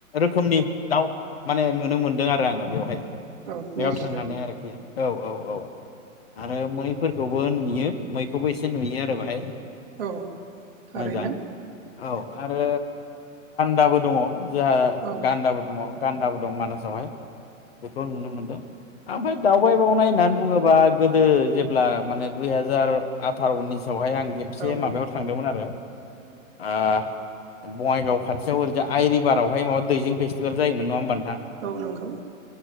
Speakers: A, on the left; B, on the right.
A: रोखोमनि दाउ माने नुनो मोनदों आरो आङो बेवहाय
B: औ
A: बेयाव
B: निस
A: थांनानै आरोखि औ औ औ आरो फोरखौबो नुयो मैखौबो एसे नुयो आरो बोहाय।
B: औ थारैनो
A: मोजां औ आरो दाबो दङ जोंहा
B: औ
A: गानदाबो दङ। गान्दाबो दं मानास वहाय बेखौ नुनो मोनदों। ओमफाय दावबाय बावनाय होननानै बुङोब गोदो जेब्ला माने दुइ हाजार आथार' उनिस फसावहाय आं खेबसे
B: औ
A: माबायाव थांदोंमोन आरो। ओ बङाइगाव खाथियाव ओरैज आइरिभारावहाय माबा दैजिं फेस्टिभेल जायोमोन नङा होमबा नों
B: औ नंगौ।